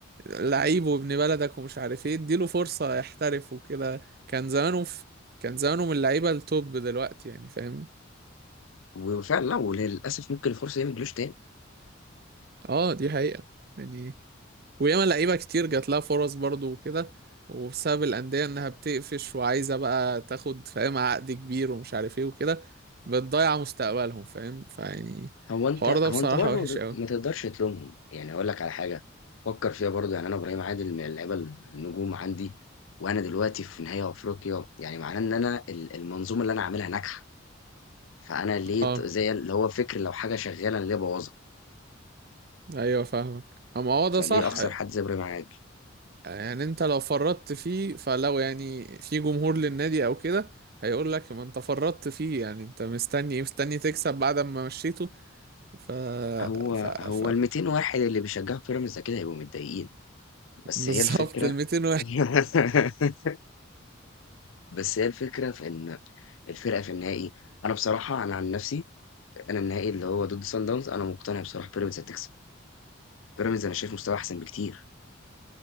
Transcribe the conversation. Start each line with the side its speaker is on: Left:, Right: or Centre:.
Right: لعيب وابن بلدك ومش عارف ايه اديله فرصة يحترف وكده كان زمانه في كان زمانه من اللعيبة التوب دلوقتي يعني فاهم
Left: وفعلا لا وللأسف ممكن الفرصة دي ما تجيلوش تاني
Right: اه دي حقيقة يعني وياما لعيبة كتير جات لها فرص برضو وكده وبسبب الأندية إنها بتقفش وعايزة بقى تاخد فاهم عقد كبير ومش عارف ايه وكده بتضيع مستقبلهم فاهم فيعني
Left: هو أنت
Right: الحوار ده
Left: هو
Right: بصراحة
Left: أنت برضه
Right: وحش أوي
Left: ما تقدرش تلومهم يعني أقول لك على حاجة فكر فيها برضه يعني أنا إبراهيم عادل من اللعيبة النجوم عندي وأنا دلوقتي في نهائي أفريقيا يعني معناه إن أنا ال- المنظومة اللي أنا عاملها ناجحة فأنا ليه
Right: اه
Left: ت- زي اللي هو فكر لو حاجة شغالة أنا ليه بوظها
Right: أيوة فاهمك أما هو ده
Left: فليه
Right: صح
Left: أخسر حد زبر معاك؟
Right: يعني أنت لو فرطت فيه فلو يعني في جمهور للنادي أو كده هيقول لك ما أنت فرطت فيه يعني أنت مستني إيه؟ مستني تكسب بعد ما مشيته ف...
Left: هو
Right: ف...
Left: هو
Right: ف...
Left: ال200 واحد اللي بيشجعوا بيراميدز أكيد هيبقوا متضايقين، بس
Right: بالظبط
Left: هي الفكرة
Right: ال 200
Left: <laughs> بس هي الفكرة في إن الفرقة في النهائي أنا بصراحة أنا عن نفسي أنا النهائي اللي هو ضد صن داونز أنا مقتنع بصراحة بيراميدز هتكسب، بيراميدز أنا شايف مستواه أحسن بكتير،